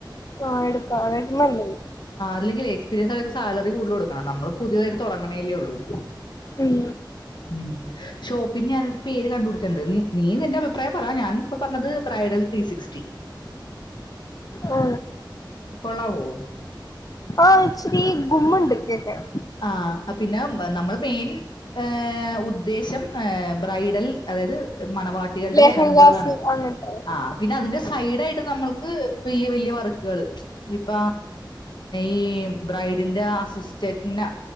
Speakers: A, on the left; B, on the left.
A: ആഹ് എടുക്കാം അതായിരിക്കും നല്ലത്
B: അല്ലെങ്കിൽ എക്സ്പീരിയൻസ് അവർക്ക് സാലറി കൂടുതലൽ കൊടുക്കണം നമ്മള് പുതിയതായിട്ട് തുടങ്ങണേല്ലേ ഉള്ളൂ
A: ഉം
B: ഉം ഷോപ്പിന് ഞാനൊരു പേര് കണ്ട്പിടിച്ചട്ടുണ്ട് നീ നി എന്റെ അഭിപ്രായം പറയാ ഞാൻിപ്പ പറഞ്ഞത് ബ്രൈഡൽത്രീ സിക്സ്റ്റി
A: ആ
B: കൊള്ളാവോ?
A: ആ ആച്വലി ഗുമണ്ട് കേക്കാൻ
B: ആ പിന്നെ നമ്മള് മെയിൻ ഏഹ ഉദ്ദേശം ബ്രൈഡൽ അതായത് മണവാട്ടികളുടെ
A: ലെഹങ്കാസ്
B: ലഹങ്കകളാണ്
A: അങ്ങനത്തെ
B: ആഹ പിന്നെ അതിന്റെ സൈഡ ആയിട്ട് നമ്മൾക്ക് വല്യ വല്യ വർക്കുകള് ഇപ്പ ഈ ബ്രൈഡിന്റെ ആസിസ്റ്റ ഇങ്ങനെ